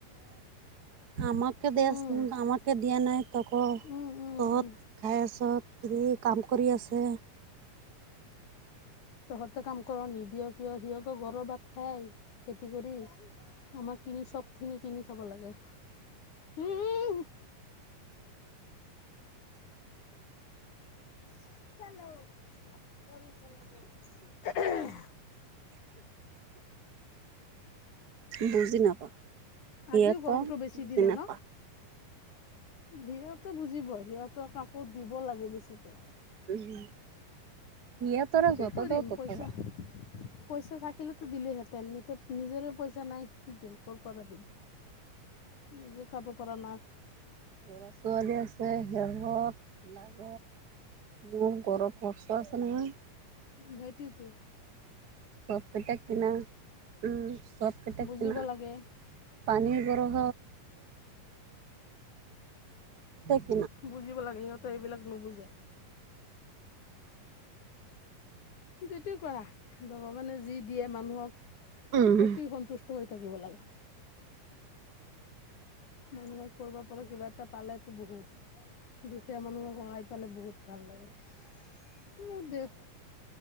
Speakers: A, on the right; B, on the left.
A: আমাকে <unintelligible> দিয়া
B: উম
A: নাই আমাক দিয়া নাই তক'
B: উম উম
A: তহঁত
B: উম
A: খাই আছ। কি কাম কৰি আছে।
B: তহঁতে কাম কৰ নিদিয় কিয়? সিহঁতক গৰৰ ভাত খায় খেতি কৰি। আমাৰ কিনি চব খিনি কিনি খাব লাগে। উম। <unintelligible>
A: বুজি নাপাওঁ। সিহঁতৰ
B: আজিও গৰমটো বেছি
A: বুজি
B: দিলে
A: নাপাওঁ
B: ন? সিহঁতে বুজিব। সিহঁতক কাকো দিব লাগে বেছিকে।
A: উম সিয়তৰা
B: কি কৰিম পইচা
A: <unintelligible>
B: পইচা থাকিলেতো দিলেহেঁতেন। এতিয়া নিজৰে পইচা নাই কি দিম? ক'ৰ পৰা দিম? নিজে খাব পাৰা না
A: ল'ৰা ছোৱালী আছে <unintelligible> বহুত গৰম পৰচে আছনাই
B: ভেটিতো
A: চব কেইটা কিনো। উ চব কেইটাে
B: বুজিব
A: কিনা।
B: লাগে
A: পানীৰ গৰম <unintelligible>
B: বুজিব লাগে। সিহঁতে এইবিলাক নুবুজে। যিটো কৰা। ভগৱানে যি দিয়ে মানুহক
A: উম
B: সেইটোই সন্তুষ্ট হৈ থাকিব লাগে। মানুহে কৰবাৰ পৰা কিবা এটা পালেটো বহুত। দুখীয়া মানুহে সহায় তালে বহুত ভাল লাগে। মোৰ দেও